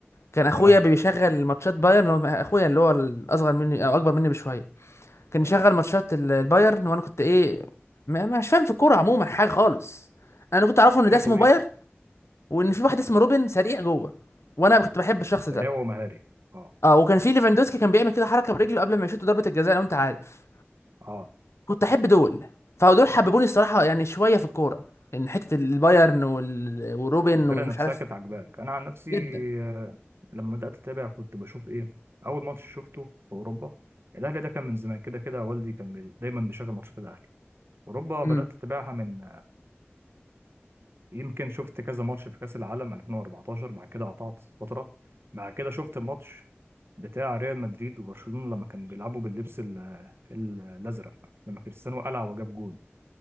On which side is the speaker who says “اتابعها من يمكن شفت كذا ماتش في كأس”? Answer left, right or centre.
Right